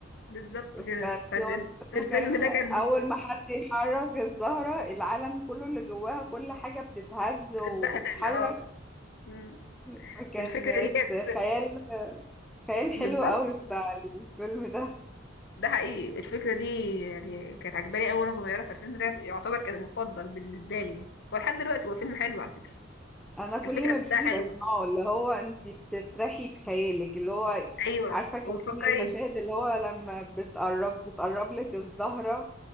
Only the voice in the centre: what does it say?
فتخيل
اول ما حد يحرك الزهره العالم كله اللي جواها كل حاجه بتتهز وبتتحرك
فكانت
خيال خيال
حلو قوي بتاع الفيلم ده
انا كل
ما بيجي
بسمعه اللي هو انت بتسرحي بخيالك اللي هو
عارفه كمان
المشاهد اللي هو لما بتقرب بتقرب لك الزهره